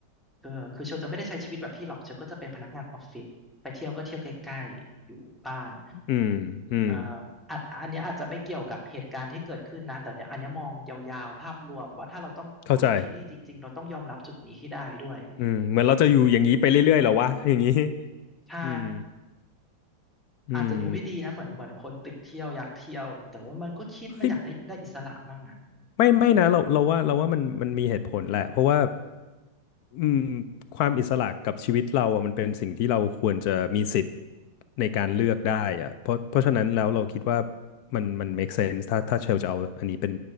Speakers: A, in the centre; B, on the left.
A: เออคือเชลจะไม่ได้ใช้ชีวิตแบบพี่หรอกเชลก็จะเป็นพนักงานออฟฟิศ ไปเที่ยวก็เที่ยวใกล้ๆอยู่บ้าน
B: อืมอืม
A: อ่าอาจอันเนี้ยอาจจะไม่เกี่ยวกับเหตุการณ์ที่เกิดขึ้นนะ แต่เนี่ยอันเนี้ยมองยาวๆ ภาพรวมว่าถ้าเราต้องต้องอยู่ที่นี่จริงๆ
B: เข้าใจ
A: เราต้องยอมรับจุดนี้ให้ได้ด้วย
B: อืมเหมือนเราจะอยู่อย่างนี้ไปเรื่อยๆเหรอวะอย่างนี้
A: ใช่
B: อืมอืม
A: อาจจะดูไม่ดีนะเหมือนเหมือนคนติดเที่ยวอยากเที่ยวแต่ว่ามันก็คิดมันอยากได้ได้อิสระมั่งอ่ะ
B: เฮ้ยไม่ไม่นะเราเราว่าเราว่ามันมันมีเหตุผลแหละเพราะว่าอืมความอิสระกับชีวิตเราอ่ะมันเป็นสิ่งที่เราควรจะมีสิทธิ์ในการเลือกได้อ่ะเพราะเพราะฉะนั้นแล้วเราคิดว่ามันมัน make sense ถ้าถ้าเชลจะเอาอันนี้เป็น